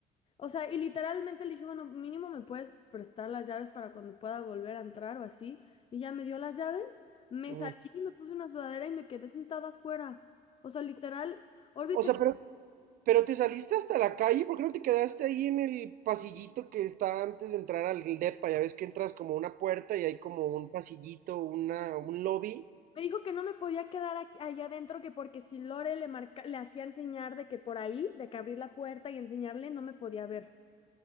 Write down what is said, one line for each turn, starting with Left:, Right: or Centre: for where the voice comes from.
Left: O sea, y literalmente le dije, bueno, mínimo me puedes prestar las llaves para cuando pueda volver a entrar o así. Y ya me dio las llaves, me
Right: Ujú.
Left: salí, me puse una sudadera y me quedé sentada afuera. O sea, literal, Orbit
Right: O
Left: se-
Right: sea, pero, pero te saliste hasta la calle, ¿por qué no te quedaste ahí en el pasillito que está antes de entrar al depa? Ya ves que entras como una puerta y hay como un pasillito, una, un lobby.
Left: me dijo que no me podía quedar aquí- allá adentro, que porque si Lore le marca, le hacía enseñar de que por ahí, de que abrir la puerta y enseñarle, no me podía ver.